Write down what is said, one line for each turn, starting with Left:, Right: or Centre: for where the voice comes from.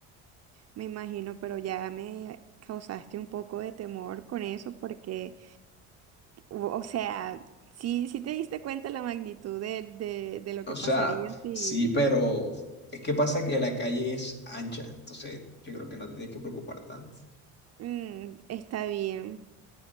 Right: Me imagino, pero ya me causaste un poco de temor con eso porque, o, o sea, sí, sí te diste cuenta la magnitud de, de, de lo
Left: O
Right: que
Left: sea,
Right: pasaría si...
Left: sí, pero es que pasa que la calle es ancha, entonces yo creo que no te tienes que preocupar tanto.
Right: Mm, está bien.